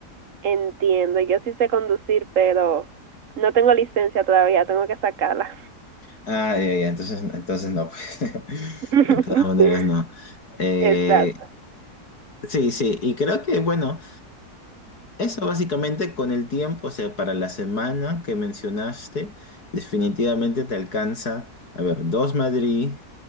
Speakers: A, on the right; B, on the left.
A: Entiendo, yo sí sé conducir, pero no tengo licencia todavía, tengo que sacarla.
B: Ah, ya, ya, entonces, entonces no, pues.
A: <laughs>
B: <laughs> De todas maneras, no. Eh,
A: Exacto.
B: sí, sí, y creo que, bueno, eso básicamente con el tiempo, o sea, para la semana que mencionaste, definitivamente te alcanza, a ver, dos Madrid,